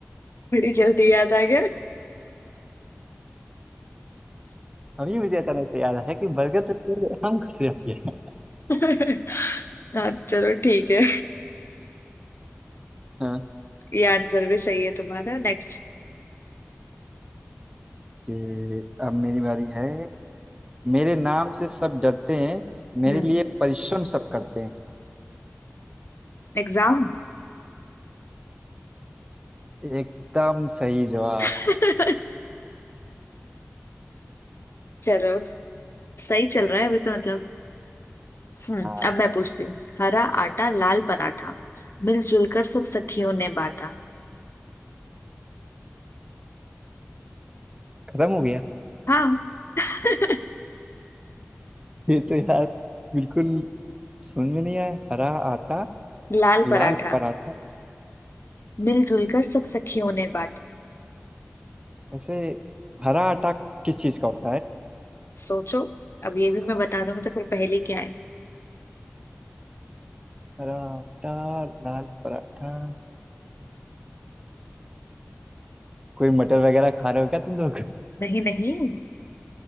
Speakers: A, on the left (about 60°); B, on the right (about 20°).
A: बड़ी जल्दी याद आ गया
B: अभी मुझे अचानक से याद आया कि बरगद के पेड़ पे आम कब से आ गया
A: <laughs> हाँ चलो ठीक है
B: हाँ
A: ये आंसर भी सही है तुम्हारा नेक्स्ट
B: कि अब मेरी बारी है मेरे नाम से सब डरते हैं मेरे
A: हम्म
B: लिए परिश्रम सब करते हैं
A: एग्जाम
B: एकदम सही जवाब
A: <laughs> चलो सही चल रहा है अभी तो मतलब हम्म
B: हाँ
A: अब मैं पूछती हूँ हरा आटा लाल पराठा मिलजुल कर सब सखियों ने बांटा
B: खत्म हो गया
A: हाँ <laughs>
B: ये तो यार बिल्कुल समझ में नहीं आया हरा आटा
A: लाल
B: लाल
A: पराठा
B: पराठा
A: मिलजुल कर सब सखियों ने बांटा
B: ऐसे हरा आटा किस चीज का होता है
A: सोचो अब ये भी मैं बता दूंगा तो फिर पहेली क्या है
B: हरा आटा लाल पराठा कोई मटर वगैरह खा रहे हो क्या तुम लोग
A: नहीं नहीं